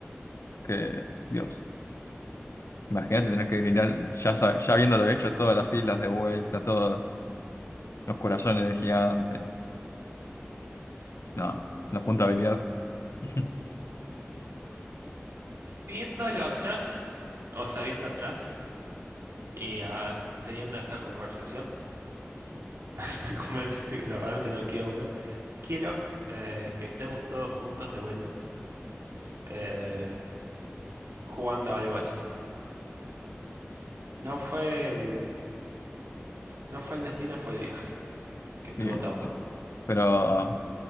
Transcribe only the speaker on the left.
que, Dios, imagínate tener que grinar, ya, sab- ya habiéndolo hecho, todas las islas de vuelta, todos los corazones de gigante. No, la puntabilidad. <laughs>
Sí,
sí.
Pero.